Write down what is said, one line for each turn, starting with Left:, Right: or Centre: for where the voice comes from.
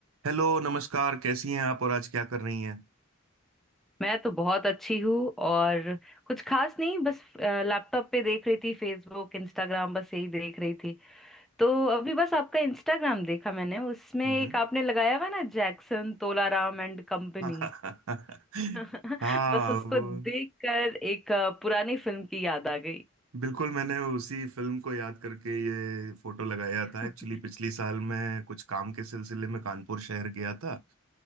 Right: Hello नमस्कार कैसी हैं आप और आज क्या कर रही हैं
Centre: मैं तो बहुत अच्छी हूँ और कुछ खास नहीं बस लैपटॉप पे देख रही थी फेसबुक इंस्टाग्राम बस यही देख रही थी तो अभी बस आपका इंस्टाग्राम देखा मैंने उसमें
Right: हम्म
Centre: एक आपने लगाया हुआ है ना जैक्सन तोलाराम एंड कंपनी
Right: <laughs>
Centre: <laughs>
Right: हाँ
Centre: बस उसको
Right: वो-
Centre: देखकर एक अ, पुरानी फिल्म की याद आ गई
Right: बिल्कुल मैंने उसी फिल्म को याद करके ये फोटो लगाया
Centre: <laughs>
Right: था एक्चुअली पिछली साल मैं कुछ काम के सिलसिले में कानपुर शहर गया था